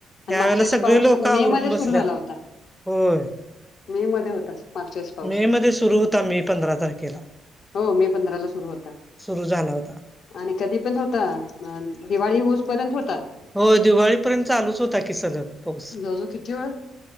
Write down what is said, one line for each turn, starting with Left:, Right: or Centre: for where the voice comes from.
Left: आणि
Centre: ह्या
Left: मागच्या
Centre: वेळेला
Left: वर्षी
Centre: सगळी
Left: पाऊस
Centre: लोक आवरून
Left: मे मध्ये
Centre: बसल्यात.
Left: सुरू झाला होता
Centre: होय,
Left: मे मध्ये होता मागच्या वर्षी पाऊस
Centre: मे मध्ये सुरू होता मे पंधरा तारखेला.
Left: हो मे पंधराला सुरू होता.
Centre: सुरू झाला होता.
Left: आणि कधी पण होता दिवाळी होऊस पर्यंत होता.
Centre: हो दिवाळीपर्यंत चालूच होता की सलग पाऊस.
Left: जवळ जवळ किती वेळ